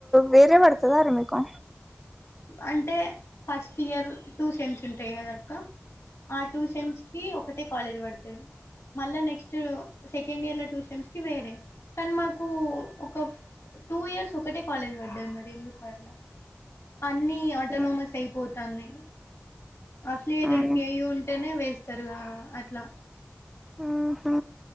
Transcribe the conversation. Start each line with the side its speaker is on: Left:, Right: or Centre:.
Centre: వేరే పడతదా రా మీకు
Left: అంటే ఫస్ట్ ఇయర్ టూ సేమ్స్ ఉంటాయి కదక్క ఆ టూ సేమ్స్ కి ఒకటే కాలేజ్ పడతది మళ్ళా నెక్స్ట్ సెకండ్ ఇయర్లో టు సేమ్స్కు వేరే కానీ మాకు ఒక టూ ఇయర్స్ ఒకటే కాలేజ్ పడ్డది మరి ఎందుకో అట్లా అన్ని ఆటోనమస్
Centre: ఉమ్
Left: అయిపోతాన్నాయ్ అఫిలియేటెడ్
Centre: ఉమ్
Left: కేయు ఉంటేనే వేస్తారు గా అట్లా
Centre: ఆహా